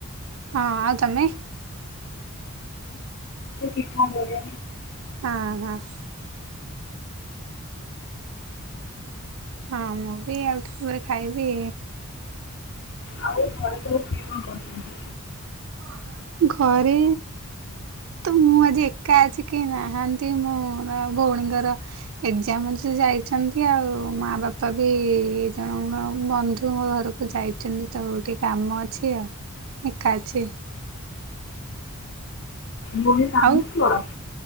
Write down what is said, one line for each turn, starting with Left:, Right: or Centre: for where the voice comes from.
Right: ହଁ ଆଉ ତମେ।
Left: ପିଠା ଭଜା
Right: ହଁ ହଁ। ହଁ ମୁଁ ବି ଆଉ ଟିକରେ ଖାଇବି।
Left: ଆଉ ଘରେ ସବୁ କିଏ କଣ କରୁଛନ୍ତି
Right: <inaudible> ଘରେ ତ ମୁଁ ଆଜି ଏକା ଅଛି କେ ନାହାନ୍ତି ମୋର ବଉଣୀଙ୍କର ଏଗଯାମ ଅଛି ଯାଇଛନ୍ତି ଆଉ ମା ବାପା ବି ଏ ଜଣଙ୍କ ବନ୍ଧୁ ମୋ ଘରକୁ ଯାଇଛନ୍ତି ତ ଗୋଟି କାମ ଅଛି ଆଉ ଏକା ଅଛି।
Left: ଭଉଣୀ ସାନକି
Right: ଆଉ
Left: ବଡ।